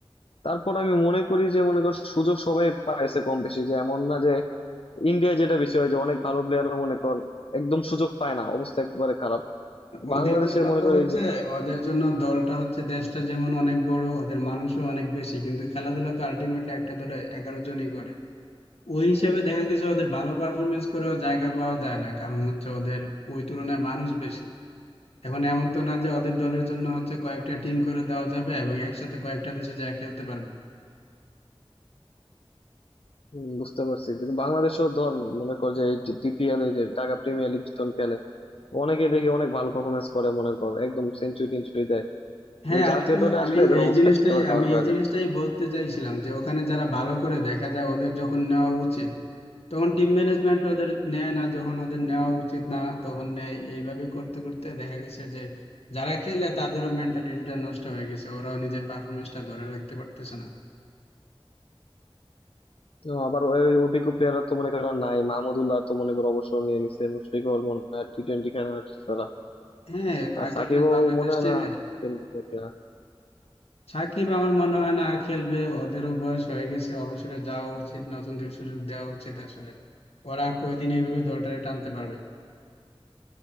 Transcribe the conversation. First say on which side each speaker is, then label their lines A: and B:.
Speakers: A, on the left; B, on the left.
A: তারপর আমি মনে করি যে মনে কর সুযোগ সবাই পাইছে কম বেশি যে এমন না যে ইন্ডিয়ায় যেটা বেশি হয় যে অনেক ভালো প্লেয়ারও মনে কর একদম সুযোগ পায় না অবস্থা একবারে খারাপ
B: ওদের
A: বাংলাদেশে
B: জন্য
A: মনে
B: তো
A: কর
B: হচ্ছে
A: এই যে
B: ওদের জন্য দলটা হচ্ছে দেশটা যেমন অনেক বড় ওদের মানুষও অনেক বেশি কিন্তু খেলাধুলা তো আলটিমেটলি একটা দলে এগারো জনই করে ওই হিসাবে দেখা গেছে ওদের ভালো পারফরমেন্স করেও জায়গা পাওয়া যায় না কারণ হচ্ছে ওদের ওই তুলনায় মানুষ বেশি এখন এমন তো না যে ওদের দলের জন্য হচ্ছে কয়েকটা টিম করে দেওয়া যাবে এবং একসাথে কয়েকটা দেশে যায় খেলতে পারবে
A: উম, বুঝতে পারছি কিন্তু বাংলাদেশও ধর মনে কর যে এই যে ডিপিএল এই যে ঢাকা প্রিমিয়ার লিগ যখন খেলে অনেকে দেখি অনেক ভালো পারফরমেন্স করে মনে কর একদম সেঞ্চুরি টেঞ্চুরি দেয় কিন্তু
B: হ্যাঁ
A: জাতীয়
B: আমি তো
A: দলে
B: আমি
A: আসলে এদের
B: এই
A: অবস্থা
B: জিনিসটাই
A: একেবারে খারাপ
B: আমি
A: হয়ে
B: এই
A: যায়
B: জিনিসটাই বলতে চাইছিলাম যে ওখানে যারা ভালো করে দেখা যায় ওদের যখন নেওয়া উচিত তখন টিম ম্যানেজমেন্ট ওদের নেয় না যখন ওদের নেওয়া উচিত না তখন নেয় এইভাবে করতে করতে দেখা গেছে যে যারা খেলে তাদেরও মেন্টালিটিটা নষ্ট হয়ে গেছে ওরাও নিজের পারফরমেন্সটা ধরে রাখতে পারতেছে না
A: তো আবার ওই অভিজ্ঞ প্লেয়াররা তো মনে করো আর নাই মাহমুদুল্লাহ তো মনে করো অবসর নিয়ে নিছে মুশফিকও ওর মনে হয় টি টোয়েন্টি খেলা
B: হ্যাঁ
A: আর
B: আগে
A: সাকিবও
B: বাংলাদেশ
A: মনে হয়
B: টিমের
A: না খেলবে কিনা।
B: সাকিব আমার মনে হয় না আর খেলবে ওদেরও বয়স হয়ে গেছে অবসরে যাওয়া উচিত নতুনদের সুযোগ দেওয়া উচিত আসলে ওরা আর কয়দিন এইভাবে দলটারে টানতে পারবে